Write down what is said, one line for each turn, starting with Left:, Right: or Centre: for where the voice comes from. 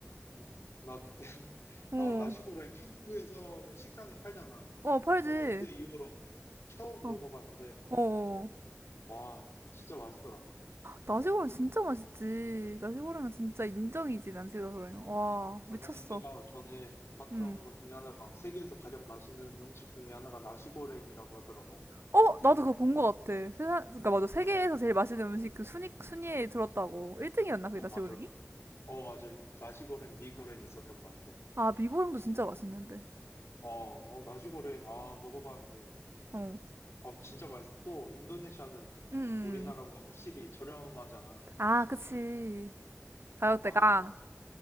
Left: 음, 나 그때, <laughs>
Right: 어,
Left: 나 나시고랭 한국에서는 식당에 팔잖아.
Right: 어, 팔지.
Left: 어, 그때 이후로 처음
Right: 어,
Left: 먹어봤는데,
Right: 어.
Left: 와, 진짜 맛있더라고.
Right: 나시고랑 진짜 맛있지. 나시고랑은 진짜 인정이지, 나시고랑. 와,
Left: 어,
Right: 미쳤어.
Left: 나 네가 전에 봤던
Right: 음.
Left: 것 중에 하나가 세계에서 가장 맛있는 음식 중에 하나가 나시고랭이라고 하더라고.
Right: 어, 나도 그거 본 거 같아. 세상, 그니까 맞아. 세계에서
Left: 어,
Right: 제일 맛있는 음식 그 순위, 순위에 들었다고. 1등이었나, 그게
Left: 어,
Right: 나시고랑이?
Left: 맞아. 어, 맞아. 나시고랭, 미고랭 있었던 것 같아.
Right: 아, 미고랑도 진짜 맛있는데.
Left: 어, 어, 나시고랭, 아, 먹어봤는데.
Right: 어.
Left: 어, 진짜 맛있어. 또, 인도네시아는
Right: 음. 음.
Left: 우리나라보다 확실히 저렴하잖아.
Right: 아, 그치. 가격대가.
Left: 아,